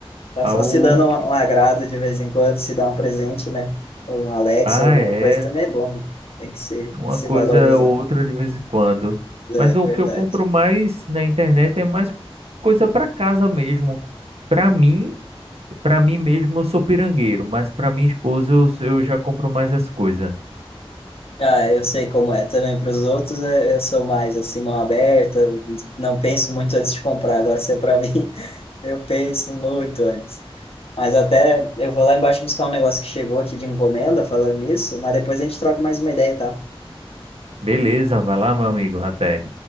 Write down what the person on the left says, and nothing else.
Tá
só
se dando um,
um agrado de vez em quando, se dar um presente, né? Ou um Alexa,
alguma
coisa também é bom, né? Tem que se,
se
valorizar.
É,
verdade.
Ah, eu sei como é. Também para os outros, é- eu sou mais assim, mão aberta, não penso muito antes de comprar. Agora, se é para <laughs> mim, eu penso muito antes. Mas até eu vou lá embaixo buscar um negócio que chegou aqui de encomenda, falando nisso, mas depois a gente troca mais uma ideia, tá?